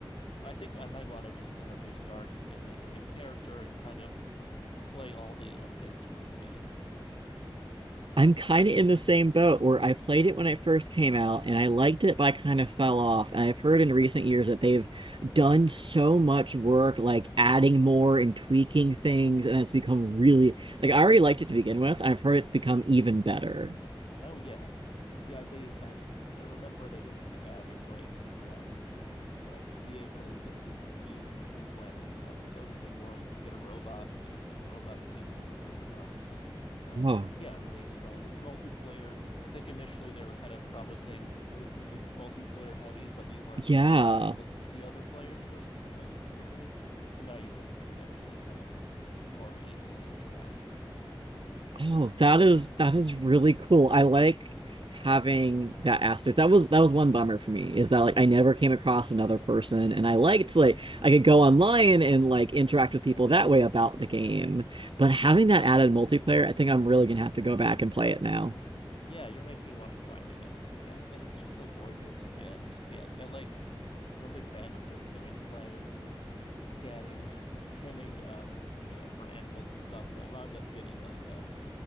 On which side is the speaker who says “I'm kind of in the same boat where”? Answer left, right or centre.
Right